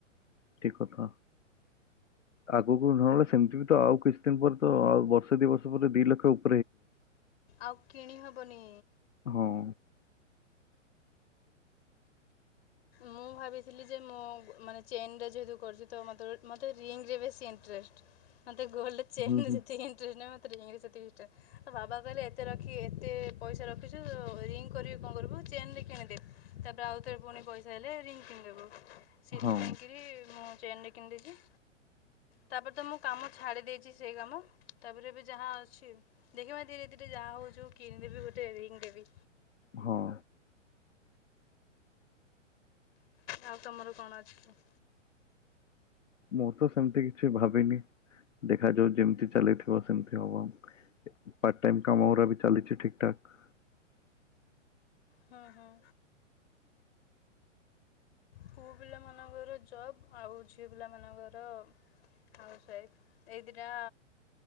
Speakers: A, on the left (about 70°); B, on the left (about 55°).
A: ଠିକ୍ କଥା। ଆଗକୁ ନହେଲେ ସେମିତି ବି ତ ଆଉ କିଛି ଦିନ ପରେ ତ ଆଉ ବର୍ଷେ ଦି ବର୍ଷ ପରେ ଦିଇ ଲକ୍ଷ ଉ
B: ଆଉ କିଣି ହେବନି।
A: ହଁ।
B: ମୁଁ ଭାବିଥିଲି ଯେ, ମୁଁ ମାନେ ଚେନ୍ ଟା ଯେହେତୁ କରିଛି ତ ମୋତେ ଗୋ ମୋତେ ରିଙ୍ଗରେ ବେଶୀ ଇଣ୍ଟ୍ରେଷ୍ଟ। ମତେ ଗୋଲ୍ଡ ଚେନ୍
A: ହୁଁ ହୁଁ
B: ଯେତିକି ଇନଟ୍ରେଷ୍ଟ ନୁହେଁ ମତେ ରିଙ୍ଗରେ ସେତିକି ଇନଟ୍ରେଷ୍ଟ। ଆଉ ବାବା କହିଲେ ଏତେ ରଖି ଏତେ ପଇସା ରଖିଛୁ। ରିଙ୍ଗ କରି କି କଣ କରିବୁ ଚେନଟେ କିଣିଦେ। ତାପରେ ଆଉ ଥରେ ପୁଣି ପଇସା ହେଲେ ରିଙ୍ଗ କିଣିଦେବୁ। ସେଥିପାଇଁ
A: ହଁ
B: କିରି ମୁଁ ଚେନରେ କିଣି ଦେଇଚି। ତାପରେ ତ ମୁଁ କାମ ଛାଡି ଦେଇଛି ସେଇ କାମ। ତାପରେ ଏବେ ଯାହା ଅଛି। ଦେଖିବା ଧୀରେ ଧୀରେ ଯାହା ହଉଛୁ ହଉ କିଣିଦେବି ଗୋଟେ ରିଙ୍ଗ ଦେବି।
A: ହଁ।
B: ଆଉ ତମର କଣ ଅଛି?
A: ମୁଁ ତ ସେମିତି କିଛି ଭାବିନି ଦେଖାଯାଉ ଯେମିତି ଚାଲି ଥିବ ସେମିତି ହବ। ପାର୍ଟ ଟାଇମ କାମ ଗୁଡା ବି ଚାଲିଛି ଠିକ ଠାକ।
B: ହଁ ହଁ। ପୁଅ ପିଲାମାନଙ୍କର ଜବ୍ ଆଉ ଝିଅ ପିଲାମାନଙ୍କର ହାଉସ ୱାଇଫ ଏଇ ଦିଟା